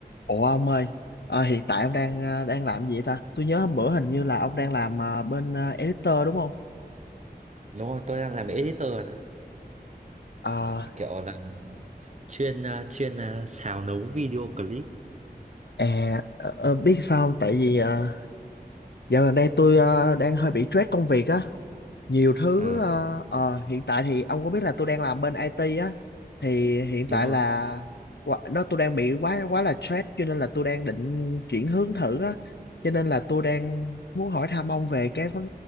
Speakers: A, on the left; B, on the right.
A: Ủa ông ơi, ờ, hiện tại ông đang ờ, đang làm gì vậy ta? Tôi nhớ hôm bữa hình như là ông đang làm ờ, bên ờ, editor đúng không?
B: Đúng rồi, tôi đang làm editor bạn ạ.
A: Ờ,
B: Kiểu là chuyên à, chuyên à, xào nấu video clip.
A: à, ờ, ờ, biết sao không? Tại vì ờ, dạo gần đây tôi ờ, đang hơi bị stress công việc á, nhiều thứ
B: À,
A: ờ, ờ, hiện tại thì ông có biết là tôi đang làm bên IT á thì hiện tại
B: đúng rồi.
A: là quá- nó tôi đang bị quá quá là stress cho nên là tôi đang định chuyển hướng thử á cho nên là tôi đang muốn hỏi thăm ông về cái vấn